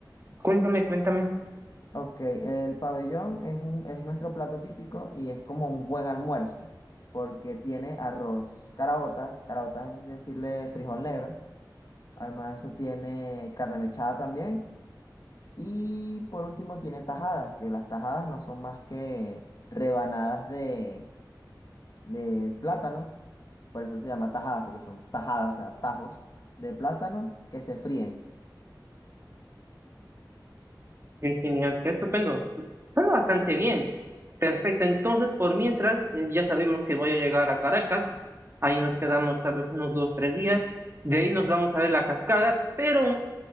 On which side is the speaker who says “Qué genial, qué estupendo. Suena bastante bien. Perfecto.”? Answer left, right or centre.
Right